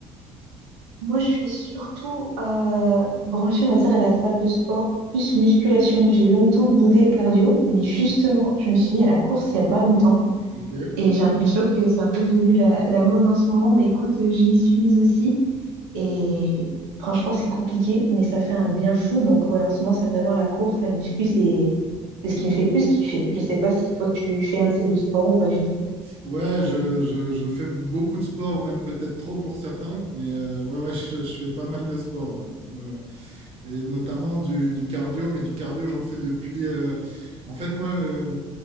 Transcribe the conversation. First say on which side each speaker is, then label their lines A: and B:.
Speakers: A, on the right (about 60°); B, on the right (about 40°).
A: Moi, je suis surtout euh, branchée, on va dire, à la salle de sport, plus musculation. J'ai longtemps boudé le cardio, mais justement, je me suis mis à la course il n'y a pas longtemps.
B: Ok.
A: Et j'ai l'impression que c'est un peu devenu la, la mode en ce moment. Mais écoute, euh, je m'y suis mise aussi. Et franchement, c'est compliqué, mais ça fait un bien fou. Donc, ouais, en ce moment, c'est vraiment la course, la muscu, c'est c'est ce qui me fait le plus kiffer. Je sais pas si toi, tu fais un de ces deux sports ou pas du tout.
B: Ouais, je, je, je fais beaucoup de sport, même peut-être trop pour certains, mais euh, ouais, ouais, <laughs> je, je fais pas mal de sport, ouais. Ouais, ouais. Et notamment du, du cardio, mais du cardio, j'en fais depuis... euh, En fait, moi, euh,